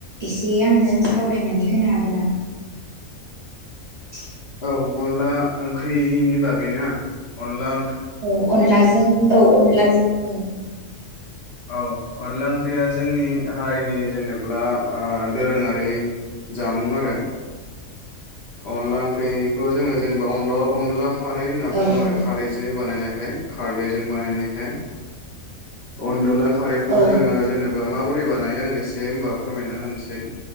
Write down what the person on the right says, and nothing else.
एसे आंनो सावरायनानै होनो हागोन नामा? <inaudible>
औ अनलाजों औ अनला जों औ ।
औ
औ
औ